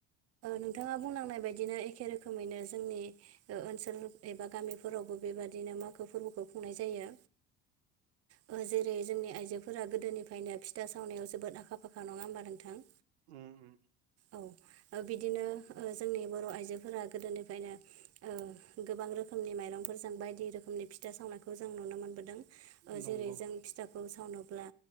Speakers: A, on the right; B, on the right.
A: नोंथाङा बुंलांनाय बायदिनो एखे रोखोमैनो जोंनि ओनसोल एबा गामिफोराव बो बेबाददिनो मागो फोरबोखौ खुंनाय जायो। ओ जेरै जोंनि आइजोफोरा गोदोनिफ्रायनो फिथा सावनायाव जोबोद आखा फाखा नंङा होमबा नोंथां
B: उम उम
A: औ बिदिनो जोंनि बर' आइजोफोरा गोदोनिफ्रायनो ओ गोबां रोखोमनि माइरंफोरजों बायदि रोखोमनि फि था सावनायखौ जों नुनो मोनबोदों
B: नंगौ
A: जेरै जों फिथाखौ सावनो अब्ला